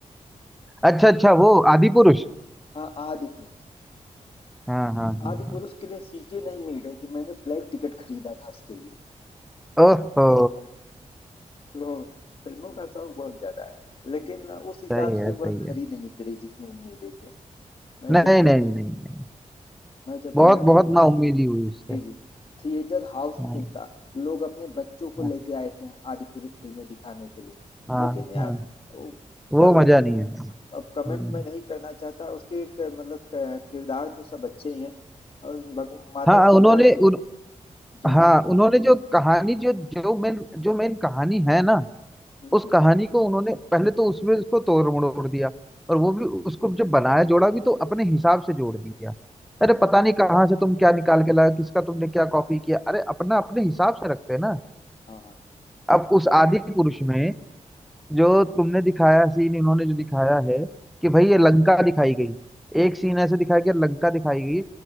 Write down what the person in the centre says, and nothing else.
अच्छा अच्छा वो आदि पुरुष
हाँ हाँ हाँ
हाँ
ओहो
सही है
सही
है
नहीं
नहीं नहीं नहीं
बहुत
बहुत नाउम्मीदी हुई इससे
हाँ
हाँ
हाँ
हाँ,
वो
मजा
नहीं है
हम्म।
हाँ
उन्होंने
उन,
हाँ
उन्होंने जो कहानी जो जो मेन जो मेन कहानी है ना
उस
कहानी को उन्होंने पहले तो उसमें उसको तोड़ मरोड़ दिया और वो भी उसको जब बनाया जोड़ा भी तो अपने हिसाब से जोड़ दिया अरे पता नहीं कहाँ से तुम क्या निकाल के लाया किसका तुमने क्या कॉपी किया अरे अपना अपने हिसाब से रखते हैं ना
अब उस आदि पुरुष में जो तुमने दिखाया सीन इन्होंने जो दिखाया है कि भाई ये लंका दिखाई गई एक सीन ऐसे दिखाया गया लंका दिखाई गई